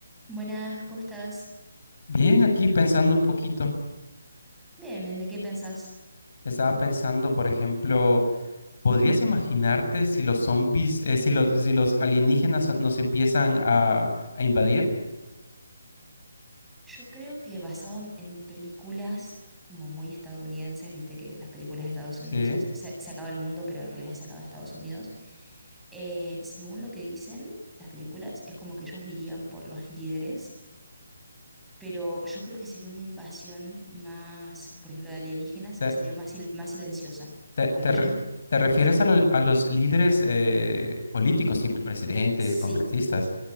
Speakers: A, in the centre; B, on the left (about 50°).
A: Buenas, ¿cómo estás?
B: Bien, aquí pensando un poquito,
A: Bien, bien, ¿de qué pensás?
B: estaba pensando, por ejemplo, ¿podrías imaginarte si los zombies, eh, si los, si los alienígenas nos empiezan a, a invadir?
A: Yo creo que basado en en películas como muy estadounidenses, viste que las películas de Estados
B: Sí.
A: Unidos es- se, se acaba el mundo, pero en realidad se acaba Estados Unidos. Eh, según lo que dicen las películas, es como que ellos irían por los líderes, pero yo creo que sería una invasión más, por ejemplo, de alienígenas,
B: ¿Te,
A: sería más, sil- más silenciosa.
B: te-
A: Como
B: te
A: que
B: re-
A: ellos... i-
B: te refieres
A: Sí,
B: a, lo- a los líderes eh, políticos, tipo presidentes,
A: sí,
B: congresistas,